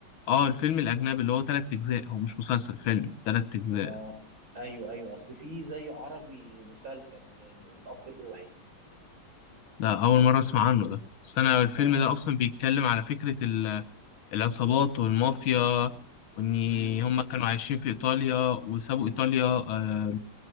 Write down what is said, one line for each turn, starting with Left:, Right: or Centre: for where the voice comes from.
Left: اه الفيلم الاجنبي اللي هو تلات اجزاء هو مش مسلسل فيلم تلات اجزاء
Right: اه ايوه ايوه اصل في زي عربي مسلسل آه، الاب الروحي
Left: ده اول مرة اسمع عنه ده بس انا الفيلم
Right: اه
Left: ده اصلا بيتكلم على فكرة ال- العصابات والمافيا وان
Right: امم
Left: هم كانوا عايشين في ايطاليا وسابوا ايطاليا آه،